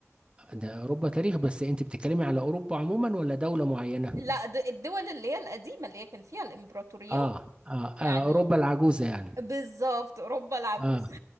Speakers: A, on the right; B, on the right.
A: ده أوروبا تاريخ بس أنت بتتكلمي على أوروبا عموما ولا دولة معينة
B: لا د- الدول اللي هي القديمة اللي هي كان فيها الامبراطوريات
A: آه آه,
B: يعني
A: آه أوروبا العجوزة يعني
B: بالظبط اوروبا العجوزة
A: آه